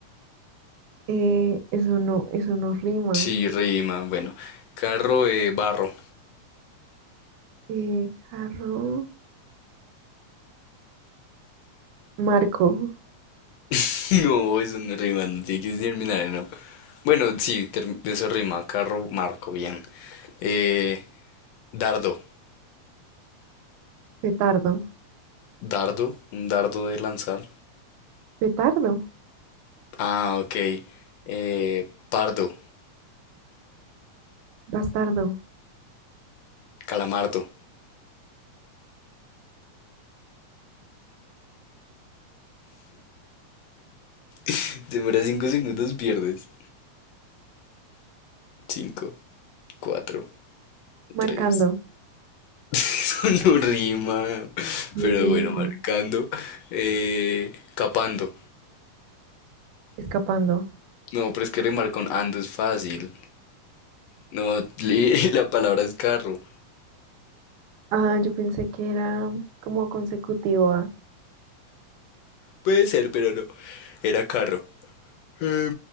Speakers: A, on the right; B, on the left.
A: Eh, eso no, eso no rima.
B: Sí, rima. Bueno, carro eh, barro.
A: Eh, jarro, marco,
B: <laughs> No, eso no rima, no tiene que terminar en O. Bueno, sí, ter- eso rima, carro, marco, bien. Eh, dardo,
A: petardo,
B: dardo, un dardo de lanzar.
A: petardo,
B: Ah, ok. Eh, pardo,
A: bastardo,
B: calamardo. te Demora cinco segundos, pierdes. Cinco, cuatro,
A: marcando,
B: tres. <laughs> No rima, pero
A: Irwin,
B: bueno, marcando. Eh, capando.
A: escapando.
B: No, pero es que rimar con ando es fácil. No, <laughs> la palabra es carro.
A: Ah, yo pensé que era como consecutivo a.
B: Puede ser, pero no. Era carro. Em,